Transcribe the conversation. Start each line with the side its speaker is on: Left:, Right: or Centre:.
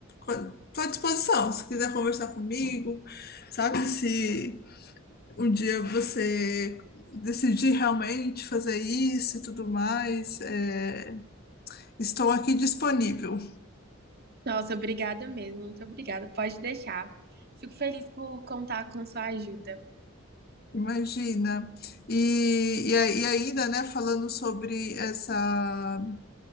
Left: estou à disposição, se quiser conversar comigo, sabe? Se um dia você decidir realmente fazer isso e tudo mais, é, Estou aqui disponível,
Right: Nossa, obrigada mesmo, muito obrigada. Pode deixar. Fico feliz por contar com sua ajuda.
Left: imagina. E, e, a- e ainda, né, falando sobre essa,